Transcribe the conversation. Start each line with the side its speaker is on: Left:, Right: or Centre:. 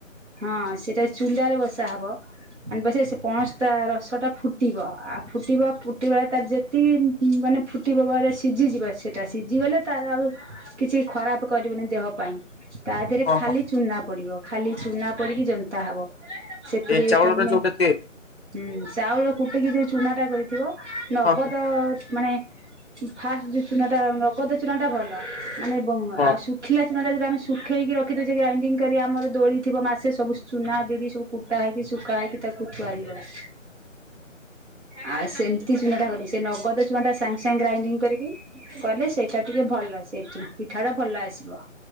Right: ହଁ ସେଟା ଚୁଲାରେ ବସା ହବ ମା ନ୍ ବସେ ପଣସ ଟା ରସଟା ଫୁଟିବ ଆଉ ଫୁଟିବା ଫୁଟିବା ତାର ଯେତିକି ମାନେ ଫଟ୍ କିବାବାରେସିଝିଯିବ ସେଟା ସିଝିଗଲେ ତାର ଆଉ କିଛି ଖରାପ କରିବନି ଦେହ ପାଇଁ ତା ଦେହରେ
Left: ହଁ
Right: ଖାଲି
Left: ହଁ
Right: ଚୁନା ପଡ଼ିବ ଖାଲି ଚୁନା ପଡ଼ିକି ଜନ୍ତା ହବ। ସେଥିରେ
Left: ଏଇ ଚାଉଳରେ
Right: ତମେ
Left: ଯୋଉଟା ତିଆରି
Right: ହୁଁ ଚାଉଳ କୁଟିକି ଯୋଉ ଚୁନା ଟା କରିଥିବ ନଗଦ
Left: ହଁ ହଁ
Right: ମାନେ ଫାଷ୍ଟ ଯୋଉ ଚୁନା ଟା ନଗଦ ଚୁନା ଟା ଭଲ ମାନେ ବ
Left: ହଁ
Right: ଆଉ ଶୁ ଖିଲା ଚୁନାଟା ଯଉଟା ଆମେ ଶୁଖେଇକି ରଖିଦଉଛେ ଗ୍ରାଇଣ୍ଡିଙ୍ଗ କରି ଆମର ଦୋଳିଥିବ ମାସେ ସବୁ ଚୁନା ବିରି ସବୁ କୁଟା ହେଇକି ଶୁଖା ହେଇକି ତାକୁ ଥୁଆଇଗଲା।
Left: ହ
Right: ଆଉ ସେମିତି ଚୁନାଟା କଲୁ ସେ ନଗଦ ଚୁନାଟା ସାଙ୍ଗେ ସାଙ୍ଗେ ଗ୍ରାଇଣ୍ଡିଙ୍ଗ କରିକି କଲେ ସେଇଟା ଟିକେ ଭଲ ସେଠି ପିଠା ଟା ଭଲ ଆସିବ।